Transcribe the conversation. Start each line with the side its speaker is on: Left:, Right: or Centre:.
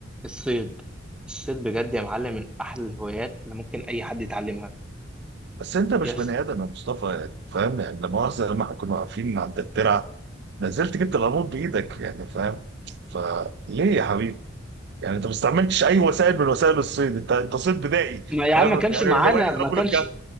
Centre: الصيد الصيد بجد يا معلم من احلى الهوايات اللي ممكن اي حد يتعلمها
Right: بس انت مش
Centre: يس
Right: بني ادم يا مصطفى يعني فاهم يعني لا مؤاخذه لما احنا كنا واقفين عند الترعه نزلت جبت القانون بايدك يعني فاهم فليه يا حبيبي يعني انت ما استعملتش اي وسائل من وسائل الصيد انت انت صيد بدائي
Centre: ما يا
Right: فاهم
Centre: عم ما كانش
Right: يعني
Centre: معانا
Right: هوايه
Centre: ما
Right: رجل
Centre: كانش
Right: الكهف